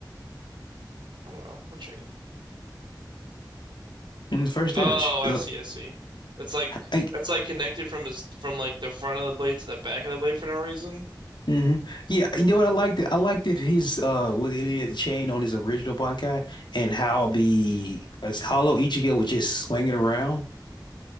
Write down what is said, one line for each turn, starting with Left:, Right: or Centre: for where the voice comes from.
Right: I don't know. What chain?
Left: in the first
Right: Oh,
Left: image?
Right: I
Left: It look-
Right: see, I see. That's like
Left: Like
Right: that's like connected from his from like the front of the blade to the back of the blade for no reason.
Left: hmm Yeah, you know what I liked? I liked that his uh, what he had the chain on his original Bankai, and how the as Hollow Ichigo was just swinging around.